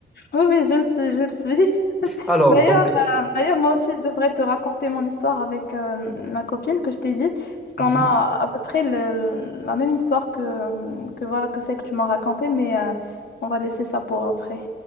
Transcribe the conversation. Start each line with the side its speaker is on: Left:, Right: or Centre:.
Left: oui, oui, je le suis, je le suis. <laughs>
Centre: Alors,
Left: D'ailleurs,
Centre: donc,
Left: euh,
Centre: euh,
Left: d'ailleurs, moi aussi, je devrais te raconter mon histoire avec euh, ma copine que je t'ai dit, parce qu'on
Centre: <laughs>
Left: a à peu près le- la même histoire que, que voilà que c'est que tu m'as raconté, mais euh, on va laisser ça pour après.